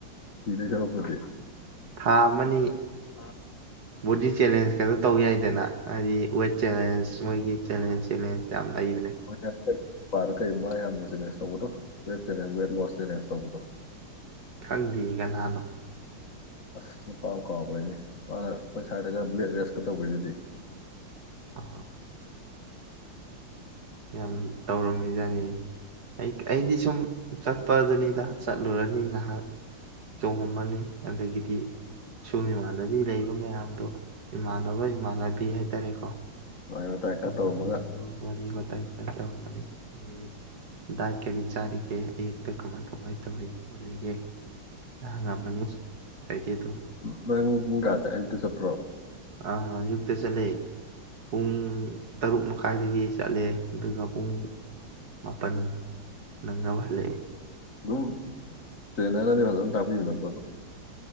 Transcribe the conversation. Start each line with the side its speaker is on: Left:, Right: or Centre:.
Left: ꯁꯤꯗꯧ ꯁꯔꯨꯛꯄꯨꯇꯤ
Right: ꯊꯥ ꯑꯃꯅꯤ
Left: ꯑ
Right: ꯕꯣꯗꯤ ꯆꯦꯂꯦꯟꯖ ꯀꯩꯅꯣ ꯇꯧ ꯌꯥꯏꯗꯅ ꯍꯥꯏꯗꯤ ꯋꯦꯠ ꯆꯦꯂꯦꯟꯁ ꯃꯣꯏꯒꯤ ꯆꯦꯂꯦꯟꯖ ꯆꯦꯂꯦꯟꯖ ꯂꯩꯕꯅꯦ
Left: ꯍꯣꯏꯗ ꯄꯥꯗ ꯀꯔꯤ ꯃꯥ ꯌꯥꯝꯅ ꯆꯦꯂꯦꯟꯖ ꯇꯧꯕꯗꯣ weight challenge weight loss challenge ꯇꯧꯕꯗꯣ
Right: ꯈꯪꯗꯤꯌꯦ ꯀꯅꯥꯅꯣ
Left: ꯑꯁ ꯅꯨꯄꯥꯗꯨ ꯀꯥꯎꯒ꯭ꯔꯦꯅꯦ ꯃꯥꯅ ꯑꯩꯈꯣꯏ ꯁ꯭ꯋꯥꯏꯗꯒ ꯕ꯭ꯂꯦꯠ ꯔꯦꯁꯀ ꯇꯧꯒ꯭ꯔꯤꯗꯤ
Right: ꯑ ꯌꯥꯝ ꯇꯧꯔꯝꯃꯤꯖꯥꯅꯤ ꯑꯩꯗꯤ ꯁꯨꯝ ꯆꯠꯄꯗꯨꯅꯤꯗ ꯆꯠꯂꯨꯔꯅꯤ ꯉꯥꯏꯍꯥꯛ ꯆꯣꯡꯉꯝꯝꯕꯅꯤ ꯑꯗꯒꯤꯗꯤ ꯁꯨꯝ ꯏꯃꯥꯟꯅꯕꯤ ꯂꯩꯕ ꯃꯌꯥꯝꯗꯣ ꯏꯃꯥꯟꯅꯕ ꯏꯃꯥꯟꯅꯕꯤ ꯍꯥꯏꯇꯥꯔꯦꯀꯣ
Left: ꯋꯥꯔꯤ ꯋꯥꯇꯥꯏ ꯈꯔ ꯇꯧꯔꯝꯃꯒ
Right: ꯃꯔ ꯋꯥꯔꯤ ꯋꯥꯇꯥꯏ ꯈ ꯇꯧꯔꯝꯕꯅꯤ ꯑꯗꯒꯤ ꯥꯛ ꯀꯔꯤ ꯆꯥꯔꯤꯒꯦ ꯑꯛꯇ ꯀꯃꯥꯏ ꯀꯃꯥꯏꯅ ꯇꯧꯔꯤꯒꯦ ꯈꯣꯜꯂꯤꯒꯦ ꯍꯪꯉꯝꯃꯅꯤ ꯀꯩꯗ ꯑꯗꯨꯝ
Left: ꯅꯣꯏ ꯑꯍꯨꯝ ꯄꯨꯡ ꯀꯅꯥꯗ ꯑꯌꯨꯛ ꯇ ꯆꯄ꯭ꯔꯣ
Right: ꯑ ꯌꯨꯛꯇ ꯆꯂꯦ ꯄꯨꯡ ꯇꯔꯨꯛ ꯃꯈꯥꯏꯗꯒꯤ ꯆꯠꯂꯦ ꯑꯗꯨꯒ ꯄꯨꯡ ꯃꯥꯄꯜ ꯅꯪꯅꯕ ꯍꯜꯂꯛꯑꯦ
Left: ꯗꯨꯝ ꯆꯦꯟꯔꯅꯤ ꯐꯖꯟ ꯅꯇꯥꯛꯄꯤꯕ ꯅꯇ꯭ꯔꯣ ꯑꯗ